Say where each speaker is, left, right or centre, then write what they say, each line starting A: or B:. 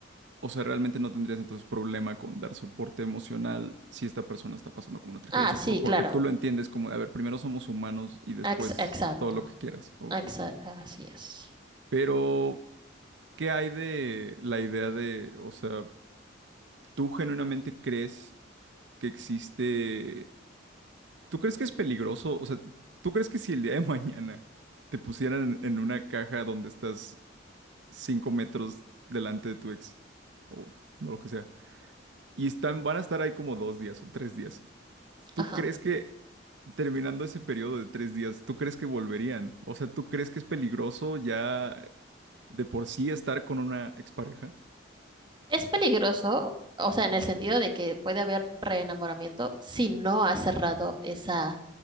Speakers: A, on the right (about 70°); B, on the right (about 25°).
A: o sea, realmente no tendrías entonces problema con dar soporte emocional si esta persona está pasando como una tragedia,
B: Ah,
A: eso
B: sí,
A: por- porque
B: claro.
A: tú lo entiendes como de, a ver, primero somos humanos y después
B: Ex- exacto.
A: todo lo que quieras, ok.
B: Exa- así es.
A: Pero ¿Qué hay de la idea de, o sea, tú genuinamente crees que existe, tú crees que es peligroso, o sea, tú crees que si el día de <laughs> mañana te pusieran en una caja donde estás cinco metros delante de tu ex, o no lo que sea, y están, van a estar ahí como dos días o tres días, ¿tú
B: Ajá.
A: crees que terminando ese periodo de tres días, tú crees que volverían? O sea, ¿tú crees que es peligroso ya de por sí estar con una expareja?
B: Es peligroso, o sea, en el sentido de que puede haber reenamoramiento si no has cerrado esa